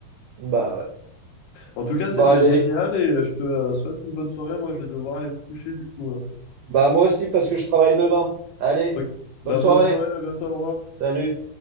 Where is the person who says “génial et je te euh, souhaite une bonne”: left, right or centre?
Left